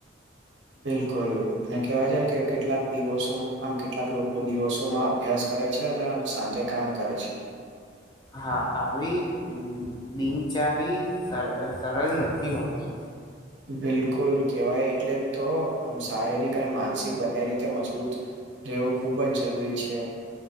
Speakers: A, on the right; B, on the left.
A: બિલકુલ અને કેવાય છે ને કે કેટલાક દિવસો આમ કેટલાક લોકો દિવસોમાં આપ. અભ્યાસ કરે છે અને આમ સાંજે કામ કરે છે.
B: હા આવી દિનચારી સર સરળ નથી હોતી.
A: બિલકુલ કેહેવાય એટલે તો આમ શારીરિક અને માનસિક બંને રીતે મજબૂત. રહેવું ખૂબ જ જરૂરી છે.